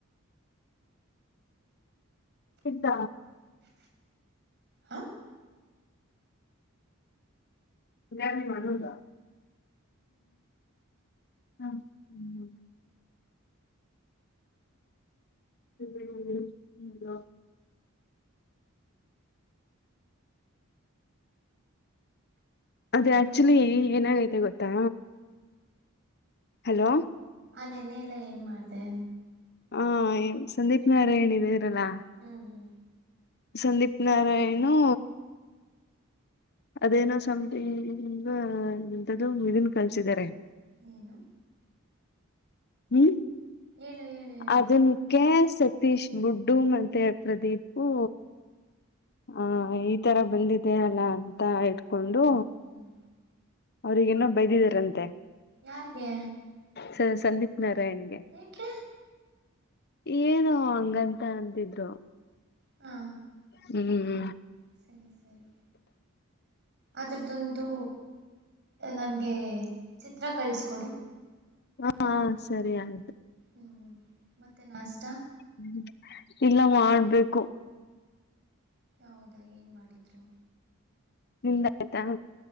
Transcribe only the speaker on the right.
ಹ
ಆ ನೆನ್ನೆಲ್ಲ ಏನ್ ಮಾಡ್ದೇ.
ಹ್ಮ್ ಹ್ಮ್
ಏನು.
ಹೇಳು ಹೇಳು. ಹೇಳು
ಹ್ಮ್
ಯಾರಿಗೆ.
ಯಾಕೆ.
ಹಾ
ಸರಿ ಸರಿ. ಅದ್ರುದೊಂದು ನನಗೆ ಚಿತ್ರ ಕಳಿಸಿಕೊಡು.
ಹ್ಮ್ ಮತ್ತೆ ನಷ್ಟ.
ಹೌದಾ ಏನ್ ಮಾಡಿದ್ರು.